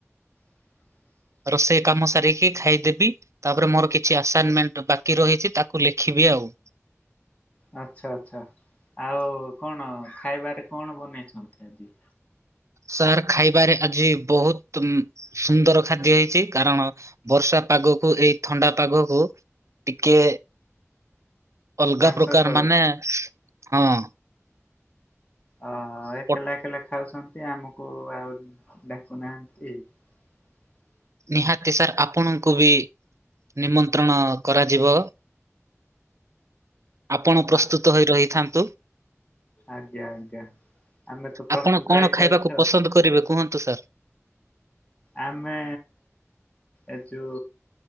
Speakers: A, on the left; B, on the right.
A: ହ <unintelligible>
B: ରୋଷେଇ କାମ ସାରିକି ଖାଇଦେବି? ତାପରେ ମୋର କିଛି ଆସାନମେଣ୍ଟ ବାକି ରହିଛି ତାକୁ ଲେଖିବି ଆଉ।
A: ଆଚ୍ଛା ଆଛା ଆଉ କଣ ଖାଇବାରେ କଣ ବନେଇଛନ୍ତି ଆଜିି।
B: ସାର୍ ଖାଇବାରେ ଆଜି ବହୁତ୍ ସୁନ୍ଦର ଖାଦ୍ୟ ହେଇଛି କାରଣ ବର୍ଷା ପାଗକୁ ଏଇ ଥଣ୍ଡା ପାଗକୁ ଟିକେ ଅଲଗା
A: ମାଂସ
B: ପ୍ରକାର
A: ଝୋଳ।
B: ମାନେ ହଁ।
A: ଓହୋ ଏକଲା
B: ପ-
A: ଏକଲା ଖାଉଛନ୍ତି ଆମକୁ ଆଉ ଡାକୁନାହାନ୍ତି <unintelligible>
B: ନିହାତି ସାର୍ ଆପଣଙ୍କୁ ବି ନିମନ୍ତ୍ରଣ କରାଯିବ ଆପଣ ପ୍ରସ୍ତୁତ
A: ଆ
B: ହୋଇ ରହିଥାନ୍ତୁ
A: ଆଜ୍ଞା ଆଜ୍ଞା ଆମେ ତ ପ୍ରସ୍ତୁତ
B: ଆପଣ କଣ
A: ହେଇ କି
B: ଖାଇବାକୁ
A: ଅଛୁ ଆଉ।
B: ପସନ୍ଦ କରିବେ କୁହନ୍ତୁ ସାର୍?
A: ଆମେ ଏ ଯଉ